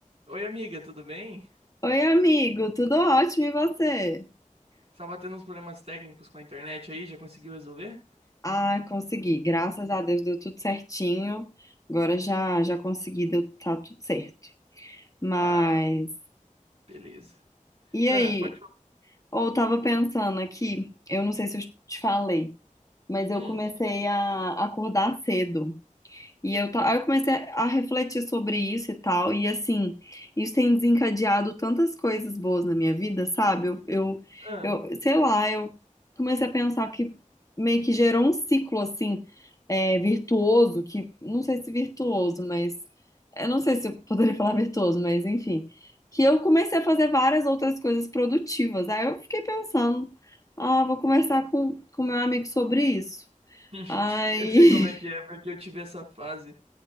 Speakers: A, on the right (about 50°); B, on the left (about 25°).
A: Oi, amiga, tudo bem?
B: Oi, amigo, tudo ótimo e você?
A: Estava tendo uns problemas técnicos com a internet aí, já conseguiu resolver?
B: Ah, consegui, graças a Deus deu tudo certinho. Agora já já consegui, deu tá tudo certo. Mas
A: Ah, beleza.
B: e
A: Ah,
B: aí?
A: pode falar.
B: Ou eu tava pensando aqui, eu não sei se eu te falei, mas
A: Hum,
B: eu comecei a acordar cedo. E eu, ta- aí eu comecei a refletir sobre isso e tal, e assim, isso tem desencadeado tantas coisas boas na minha vida, sabe? Eu, eu,
A: ah.
B: eu- sei lá, eu comecei a pensar que meio que gerou um ciclo, assim, é, virtuoso, que não sei se virtuoso, mas eu não sei se eu poderia falar virtuoso, mas enfim, que eu comecei a fazer várias outras coisas produtivas. Aí eu fiquei pensando, ah, vou conversar com, com meu amigo sobre isso.
A: hum.
B: Ai.
A: <laughs> Eu sei como é que
B: <laughs>
A: é, porque eu tive essa fase.